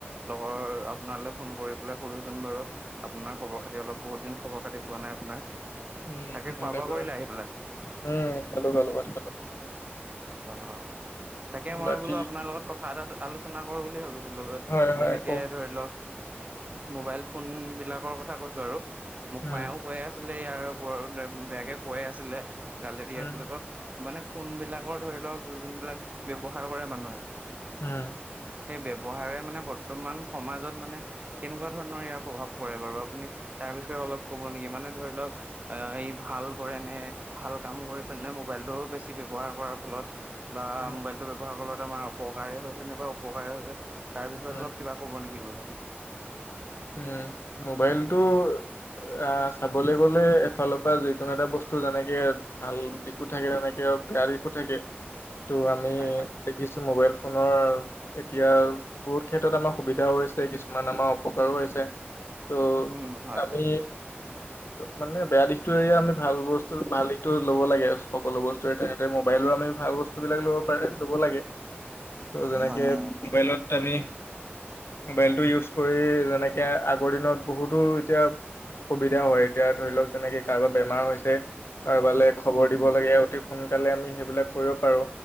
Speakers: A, on the right; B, on the left.
A: লগৰ আপোনালৈ ফোন কৰি পেলাই সোধোচোন বাৰু আপোনাৰ খবৰ
B: উম
A: খাতি অলপ বহুতিন খবৰ খাতি পোৱা নাই আপোনাৰ।
B: উম
A: তাকে
B: ভালে
A: খোৱা বোৱা
B: কৰিলে
A: আহি পেলাই
B: উম খালো ভালাত খালো
A: অ', অ', তাকে মই
B: বাকী
A: বোলো আপোনাৰ লগত ক <unintelligible> আলোচনা কৰো বুলি ভাবিছো ছিলো
B: হয় হয়
A: যেনেকে
B: কওক
A: ধৰি লওক মোবাইল ফোন বিলাকৰ কথা কৈছো আৰু মোক
B: উম
A: মায়েও কৈ আছে আছিলে ইয়াৰ ওপৰত বেগে কৈ আছিলে কালেৰি আছিলে
B: উম
A: তো মানে ফোন বিলাকৰ ধৰি লওক যোনবিলাক ব্য্য়ৱহাৰ কৰে মানুহে
B: উম।
A: সেই ব্ৱহাৰেৰে মানে বৰ্তমান সমাজত মানে কেনেকুৱা ধৰণৰ ইয়াৰ প্ৰভাৱ পৰে বাৰু আপুনি তাৰ বিষয়ে অলপ কব নেকি মানে ধৰি লওক আহ ই ভাল কৰে নে ভাল কাম কৰিছে নে মোবাইলটোও বেছি ব্যৱহাৰ কৰাৰ ফলত বা
B: উম
A: মোবাইলটো ব্যৱহাৰ ক তমাৰ অপকাৰে হৈছে নাইবা উপকাৰে হৈছে। তাৰ বিয়ত
B: উম
A: অল কিব কব নকি ব
B: উম মোবাইলতটো আহ চাবলৈ গলে এফালৰ পৰা যিকোনো এটা বস্তু যেনেকে ভাল দিশো থাকে তেনেকে বেয়া দিশো থাকে। ত' আমি
A: হয় হয়।
B: দেখিছো মোবাইল এতিয়া বহুত ক্ষেত্ৰত আমাৰ সুবিধা হৈছে কিছু আ উপকাৰো কৰিছে ত
A: উম হয়
B: আমি
A: হয়
B: মানে বেয়া দিশটো আমি ভাল বস্তু ভাল দিশটো লব লাগে সকলো বস্তুৰে তেনেদৰে মোবাইলৰো আমি ভাল বস্তু বিলাক লব পাৰে লব লাগে ত' যেনেকে
A: হয় হয় সেইটো
B: মোবাইলত আমি মোবাইলটো ইউজ কৰি যেনেকে আগৰ দিনত বহুতো এতিয়া সুবিধা হয় এতিয়া ধৰি লওক যেনেকে কাৰোবাৰ বেমাৰ হৈছে। কাৰ বালে খবৰ
A: উম
B: দিব
A: উম
B: লাগে। সোনকালে আমি সেইবিলাক কৰিব পাৰো।